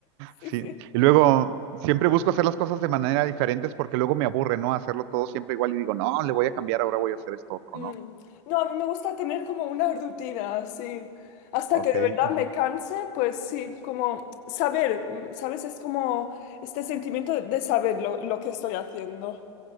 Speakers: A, on the left (about 55°); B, on the right (about 65°).
A: Sí,
B: Sí,
A: sí.
B: y luego siempre busco hacer las cosas de manera diferentes porque luego me aburre, ¿no? Hacerlo todo siempre igual y digo, no, le voy a cambiar, ahora voy a hacer esto otro,
A: Mm.
B: ¿no?
A: No, a mí me gusta tener como una rutina, así Hasta
B: Ok,
A: que de verdad
B: ujú.
A: me canse, pues sí, como saber, mm, ¿sabes? Es como este sentimiento de de saber lo, lo que estoy haciendo.